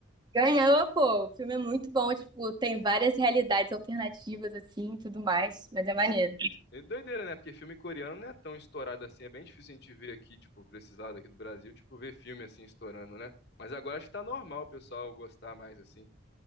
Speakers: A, on the right (about 20°); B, on the left (about 55°).
A: Ganhou, pô. O filme é muito bom. Tipo, tem várias realidades alternativas, assim, e tudo mais. Mas é maneiro.
B: Es- É doideira, né? Porque filme coreano não é tão estourado assim. É bem difícil a gente ver aqui, tipo, precisar daqui do Brasil, tipo, ver filme assim estourando, né? Mas agora acho que tá normal o pessoal gostar mais assim. <laughs>